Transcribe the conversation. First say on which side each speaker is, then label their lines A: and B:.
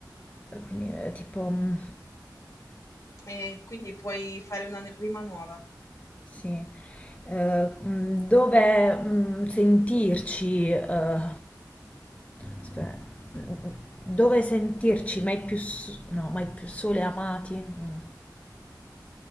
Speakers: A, on the left; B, on the left.
A: Eh, Quindi eh, tipo, mm,
B: E quindi puoi fare una rima nuova.
A: sì, Eh, mm, dove mm, sentirci, eh, aspetta, mm, dove sentirci mai più, s- no, mai più sole amati? Mm,